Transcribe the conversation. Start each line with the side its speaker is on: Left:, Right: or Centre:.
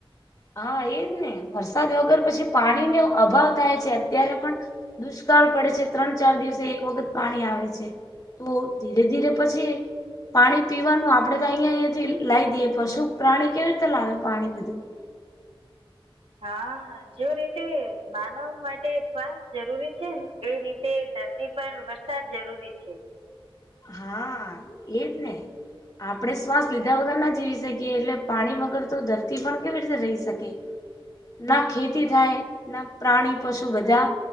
Left: હા એજ ને વરસાદ વગર પછી પાણીનો અભાવ થાય છે, અત્યારે પણ દુષ્કાળ પડે છે, ત્રણ ચાર દિવસે એક વખત પાણી આવે છે. તો ધીરે ધીરે પછી એક. પાણી પીવાનું આપડે તો અહિયાં અયાથી લાવી દઈએ પશુ પ્રાણી કેવી રીતે લાવે પાણી બધું,
Right: હા જો રીતે માનવ માટે શ્વાસ જરૂરી છે, ને એ રીતે ધરતી પર વરસાદ જરૂરી છે,
Left: હા એ જ ને. આપણેે શ્વાસ લીધા વગર ના જીવી શકીએ, એટલે પાણી વગર તો ધરતી પણ કેવી રીતે રહી શકે.
Right: હું
Left: ના ખેતી થાય. ના પ્રાણી પશુ બધા